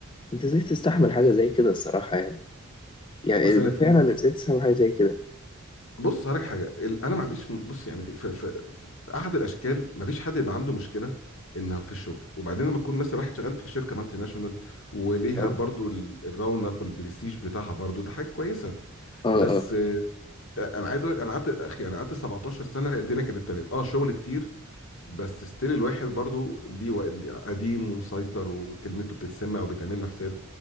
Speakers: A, on the left; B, on the left.
A: انت ازاي تستحمل حاجة زي كده الصراحة يعني يعني
B: سنة
A: فعلا ازاي تستحمل حاجة زي كده
B: بص هقولك حاجه ال- انا ما عنديش م- بص يعني في, في, في احد الاشكال ما فيش حد يبقى عنده مشكله انه في الشغل وبعدين لما تكون مثلا واحد شغال في شركه مالتي ناشونال وليها
A: اه
B: برضو ال- الرونق والبرستيج بتاعها برضو ده حاجه كويسه
A: اه
B: بس
A: اه
B: آه، انا عايز أقولك انا قعدت اخي انا قعدت 17 سنه الدنيا كانت تمام اه شغل كتير بس ستيل الواحد برضو ليه وق- ليه قديم ومسيطر وكلمته بتتسمع وبيتعمل له حساب